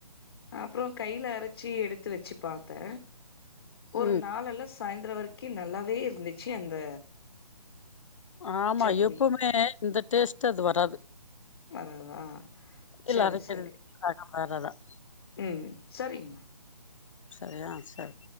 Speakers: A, on the left; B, on the left.
A: அப்புறோ கையில அரச்சு எடுத்து வெச்சு பாத்த ஒரு
B: ம்
A: நாளெல்லா சாயந்திரோ வரைக்கு நல்லாவே இருந்துச்சு அந்த
B: ஆமா
A: சட்னி
B: எப்வுமே இந்த டேஸ்ட் அது வராது
A: வராதா
B: மிக்ஸில
A: சரி
B: அரைக்கிறது
A: சரி
B: ரகம் வேற தான்.
A: உம் சரிங்கமா
B: சரியா சரி